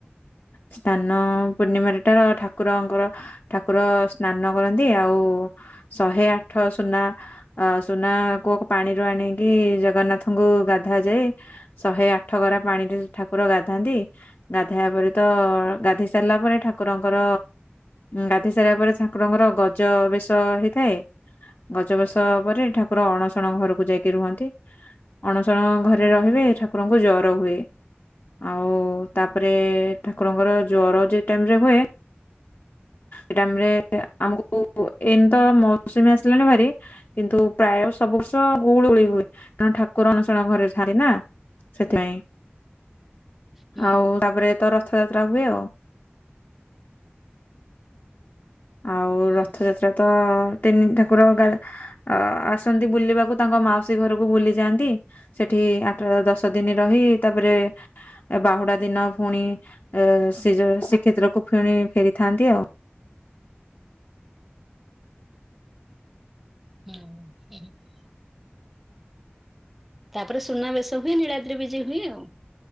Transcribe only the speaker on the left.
ସ୍ନାନ ପୂର୍ଣ୍ଣିମାରେଟାର ର ଠାକୁରଙ୍କର ଠାକୁର ସ୍ନାନ କରନ୍ତି ଆଉ ଶହେ ଆଠ ସୁନା ଅ ସୁନା କୁଅ ପାଣିରୁ ଆଣିକି ଜଗନ୍ନାଥଙ୍କୁ ଗାଧୁଆ ଯାଏ। ଶହେ ଆଠ ଗରା ପାଣିରେ ଠାକୁର ଗାଧାନ୍ତି। ଏହାପରେ ତ ଗାଧୋଇ ସାରିଲା ପରେ ଠାକୁରଙ୍କର ଗାଧୋଇ ସାରିବା ପରେ ଠାଙ୍କୁରଙ୍କର ଗଜ ବେଶ ହେଇଥାଏ। ଗଛ ବେସ ପରେ ଠାକୁର ଅଣସଣ ଘରକୁ ଯାଇକି ରୁହନ୍ତି। ଅଣସଣ ଘରେ ରହିବେ ଠାକୁରଙ୍କୁ ଜର ହୁଏ ଆଉ ତା ତାପରେ ଠାକୁରଙ୍କର ଜ୍ୱର ଯଉ ଟାଇମ ରେ ହୁଏ। ଏଇ ଟାଇମରେ ଆମକୁ ଏମିତ ମୌସୁମୀ ଆସିଲାନି ଭାରି କିନ୍ତୁ ପ୍ରାୟ ସବୁ ବର୍ଷ ଗୁଳୁ ଗୁଳି ହୁଏ କଣ ଠାକୁର ଅନୁଶଣ ଘରେ ଥାଆନ୍ତି ନା। ସେଥିପାଇଁ
ଆଉ ତାପରେ ତ ରଥଯାତ୍ରା ହୁଏ ଆଉ। ଆଉ
ରଥଯାତ୍ରା ତ ତିନି ଠାକୁର ଗା ଅ ଆସନ୍ତି ବୁଲିବାକୁ ତାଙ୍କ ମାଉସୀ ଘରକୁ ବୁଲି ଯାଆନ୍ତି। ସେଠି ଆଠ ଦଶ ଦିନ ରହି ତାପରେ ଏ ବାହୁଡା ଦିନ ପୁଣି ଏ <unintelligible> ଶ୍ରୀକ୍ଷେତ୍ରକୁ ଫୁଣି ଫେରିଥାନ୍ତି ଆଉ।